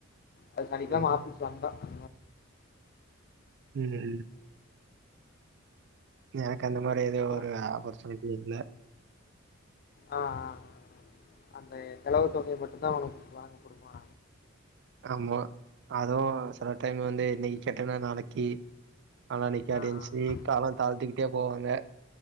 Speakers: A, on the left (about 45°); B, on the right (about 60°).
A: அது சனிக்கெழம
B: ம்,
A: ஆஃபீஸ் வந்தானக்ஷ
B: உம் எனக்கு அந்த மாதிரி எதுவு
A: அப்புறம்
B: ஒரு ஆப்பர்ச்சுனிட்டி இல்ல.
A: ஆ ஆ ஆ அந்த செலவு தொகைய மட்டும் தா உனக்கு வழங்கப்படுமா
B: ஆமா அதுவு சில டைம் வந்து இன்னிக்கி கேட்டன்னா நாளைக்கி ஆனா நிக்காட்டி
A: ஆஹ்
B: இன்ச்சி
A: ஆஹ் ஆஹ்
B: காலோ தாழ்த்துக்கிட்டே போவாங்க